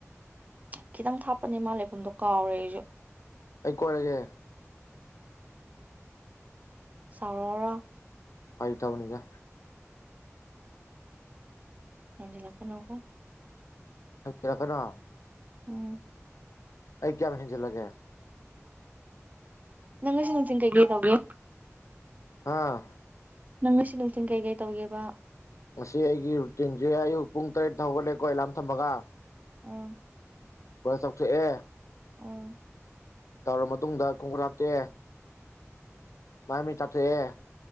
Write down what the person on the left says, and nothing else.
ꯑꯩ ꯀꯣꯏꯔꯒꯦ
ꯄꯥꯏ ꯇꯕꯅꯤꯒ
ꯔ ꯀꯅꯥ
ꯑꯩ ꯀꯌꯥ ꯃꯖꯂꯒꯦ
ꯑꯥ
ꯉꯁꯤ ꯑꯩꯒꯤ ꯔꯨꯇꯤꯟꯁꯦ ꯑꯌꯨꯛ ꯄꯨꯡ ꯇꯔꯦꯠꯇ ꯍꯧꯒꯠꯂꯦꯀꯣ ꯑꯦꯂꯥꯝ ꯊꯝꯃꯒ
ꯊ ꯑꯦ
ꯇꯧꯔ ꯃꯇꯨꯡꯗ ꯈꯣꯡꯀ ꯍꯥꯞꯇꯦ ꯃꯥꯏꯃꯤ ꯆꯠꯇꯑꯦ